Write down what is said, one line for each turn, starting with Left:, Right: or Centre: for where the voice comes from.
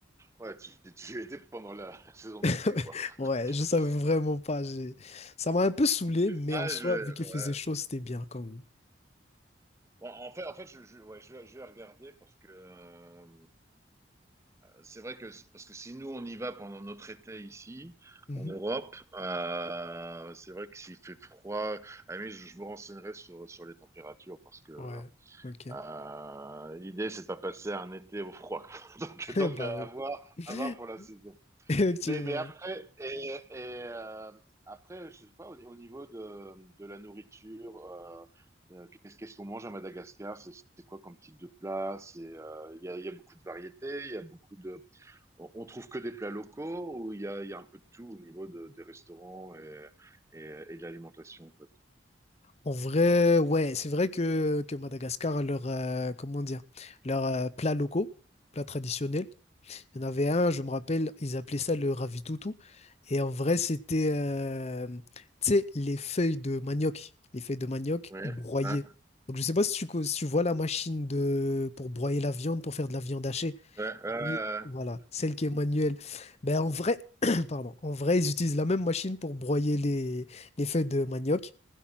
Right: Ouais, tu, tu y étais pendant la, la saison
Left: <laughs>
Right: des pluies, quoi.
Left: Ouais, je
Right: <laughs>
Left: savais vraiment pas. j'ai- Ça m'a un peu saoulé, mais
Right: Ah,
Left: en soi,
Right: je,
Left: vu qu'il faisait
Right: ouais.
Left: chaud, c'était bien quand même.
Right: Bon, en fait, en fait, je, je- ouais, je vais, je vais regarder parce que euh, c'est vrai que parce que si nous on y va pendant notre été ici
Left: Mhm.
Right: en Europe, euh, c'est vrai que s'il fait froid, ah, oui, je, je me renseignerai sur sur les températures parce que
Left: Ouais, ok.
Right: euh, l'idée c'est pas passer un été au froid. <laughs> donc
Left: <laughs>
Right: donc
Left: Bah
Right: à
Left: oui.
Right: voir
Left: <laughs>
Right: à voir pour la saison.
Left: Effectivement.
Right: Mais mais après
Left: ouais.
Right: et, et euh, après je sais pas au, au niveau de de la nourriture. Euh, euh, Qu'est-ce qu'est-ce qu'on mange à Madagascar C'est c'est quoi comme type de plat C'est euh, il y, a, il y a beaucoup de variétés, il y a beaucoup de on, on trouve que des plats locaux ou il y a, il y a un peu de tout au niveau de, des restaurants et, et, et de l'alimentation, en fait?
Left: En vrai, ouais, c'est vrai que, que Madagascar, leur, euh, comment dire, leurs euh, plats locaux, plats traditionnels, Il y en avait un, je me rappelle, ils appelaient ça le ravitoutou. Et en vrai, c'était, euh, tu sais, les feuilles de manioc, les feuilles de manioc
Right: Ouais,
Left: broyées.
Right: ouais,
Left: Donc, je sais pas si tu, co- si tu vois la machine de, pour broyer la viande, pour faire de la viande hachée.
Right: ouais, ouais, ouais, ouais.
Left: Et voilà, celle qui est manuelle. Ben, en vrai, <clears throat> pardon, en vrai, ils utilisent la même machine pour broyer les, les feuilles de manioc.